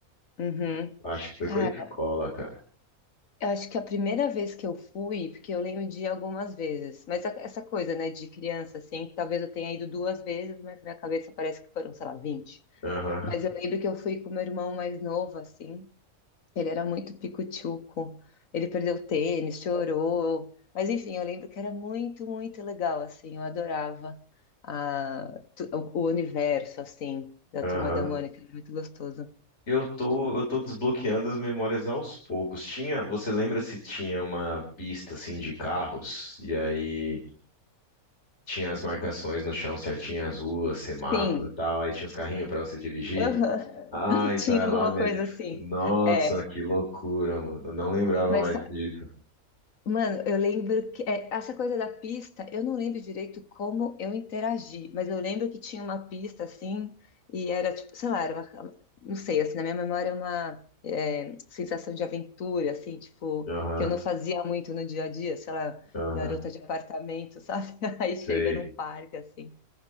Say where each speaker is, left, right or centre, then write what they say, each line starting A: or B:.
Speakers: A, on the left (about 65°); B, on the left (about 50°).
A: uhum.
B: Eu acho que foi
A: Cara,
B: com a escola, cara.
A: Eu acho que a primeira vez que eu fui, porque eu lembro de ir algumas vezes, mas a- essa coisa, né, de criança, assim, que talvez eu tenha ido duas vezes, mas na minha cabeça parece que foram, sei lá, 20.
B: aham,
A: Mas eu lembro que eu fui com meu irmão mais novo, assim, ele era muito pico-tchuco, ele perdeu o tênis, chorou, mas enfim, eu lembro que era muito, muito legal, assim, eu adorava a, tu- o, o universo, assim, da
B: aham.
A: Turma da Mônica, era muito gostoso.
B: Eu tô, eu tô desbloqueando as memórias aos poucos. Tinha, você lembra se tinha uma pista, assim, de carros? E aí... Tinha as marcações no chão certinho, as ruas, semáforo
A: Sim,
B: e tal. Aí tinha uns carrinhos pra você dirigir.
A: aham.
B: Ah,
A: <laughs>
B: então
A: Tinha
B: é
A: alguma
B: lá mesmo.
A: coisa assim,
B: Nossa,
A: é.
B: que loucura, mano. Eu não lembrava
A: Mas,
B: mais disso.
A: mano, eu lembro que é, essa coisa da pista, eu não lembro direito como eu interagi, mas eu lembro que tinha uma pista assim, e era tipo, sei lá, era uma, não sei, assim, na minha memória, é uma é, sensação de aventura, assim, tipo,
B: Aham,
A: que eu não fazia muito no dia a dia, sei lá,
B: aham,
A: garota de apartamento, sabe? <laughs> Aí chega
B: sei.
A: num parque, assim.